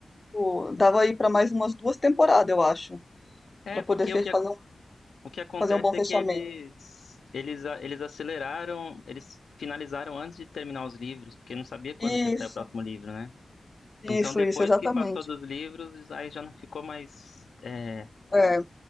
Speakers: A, on the left; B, on the left.
A: tipo, dava aí para mais umas duas temporadas, eu acho,
B: É,
A: para
B: porque
A: poder fe-
B: o que,
A: fazer um,
B: o que acontece
A: fazer um bom
B: é
A: fechamento.
B: que eles, eles, a- eles aceleraram, eles finalizaram antes de terminar os livros, porque não sabia quando
A: Isso,
B: que ia sair o próximo livro, né? Então,
A: isso,
B: depois
A: isso, exatamente.
B: que passou dos livros, aí já não ficou mais. é,
A: É,